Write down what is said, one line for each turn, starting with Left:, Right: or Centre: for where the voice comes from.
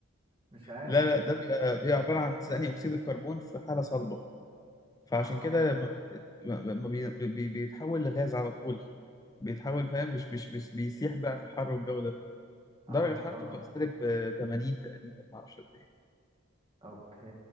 Right: مش عارف
Left: لا
Right: السؤال
Left: لا ده بيبقى بيبقى عباره عن ثاني اكسيد الكربون في حاله صلبه فعشان
Right: اه
Left: كده لما بت... ما ما بي... بي... بيتحول لغاز على طول بيتحول فاهم مش مش مش بيسيح بقى في الحر والجو ده
Right: اه
Left: درجة حرارته بتبقى سالب آه، 80 تقريبا معرفش قد ايه
Right: اوكي